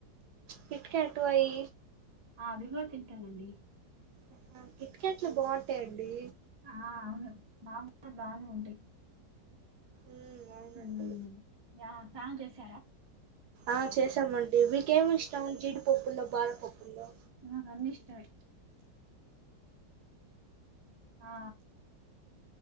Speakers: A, on the right; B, on the right.
A: కిట్కాట్ అయి
B: ఆ అవి కూడా తింటామండి
A: ఆహా, కిట్ క్యాట్లు బాగుంటాయండి
B: ఆ అవును మాక్ కూడా బానే ఉంటాయి
A: ఉమ్
B: ఉ
A: అవునండి
B: ఉమ్ య స్నానం చేశారా
A: ఆ చేసామండి వీకేమి ఇష్టం జీడిపప్పుల్లో బాదంపప్పుల్లో
B: నాకన్ని ఇష్టమే ఆ